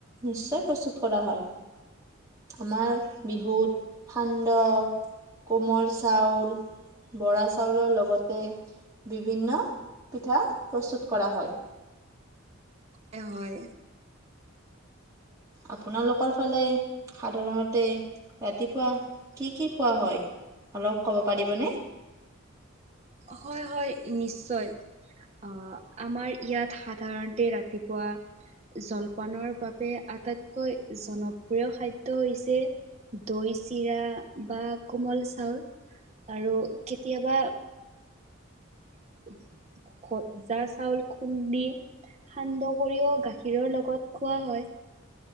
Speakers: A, on the right (about 15°); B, on the right (about 30°).
A: নিশ্চয় প্ৰস্তুত কৰা হয়। আমাৰ বিহুত সান্দহ, কোমল চাউল- বৰা চাউলৰ লগতে বিভিন্ন পিঠা প্ৰস্তুত কৰা হয়।
B: হয়, হয়।
A: আপোনালোকৰ ফালে সাধাৰণতে ৰাতিপুৱা কি কি খোৱা হয়, অলপ ক'ব পাৰিবনে?
B: হয়, হয়, নিশ্চয়। আহ, আমাৰ ইয়াত সাধাৰণতে ৰাতিপুৱা জলপানৰ বাবে আটাইতকৈ জনপ্ৰিয় খাদ্য হৈছে দৈ-চিৰা বা কোমল-চাউল আৰু কেতিয়াবা <inaudible> ভজা-চাউল খুন্দি সান্দহ কৰিও গাখীৰৰ লগত খোৱা হয়।